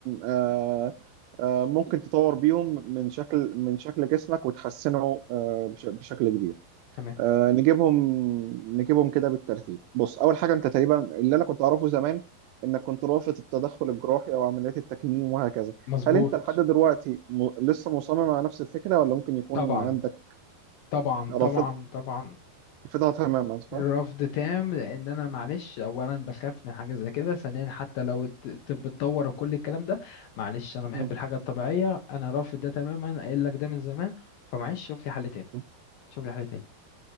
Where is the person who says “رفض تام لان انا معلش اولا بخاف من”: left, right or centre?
Left